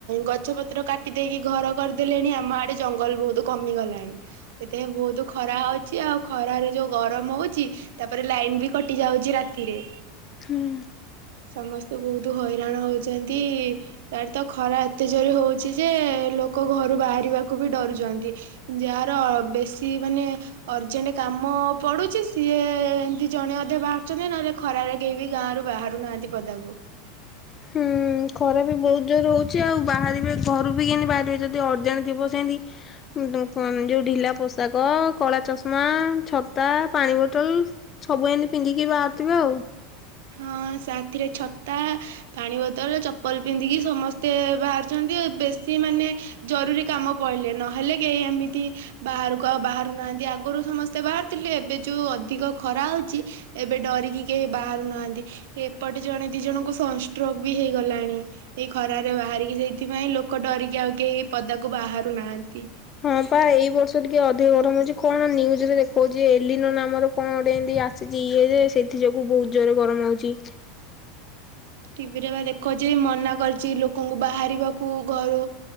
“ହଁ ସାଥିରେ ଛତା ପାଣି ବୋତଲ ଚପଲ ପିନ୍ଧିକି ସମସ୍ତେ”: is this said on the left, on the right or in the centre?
Right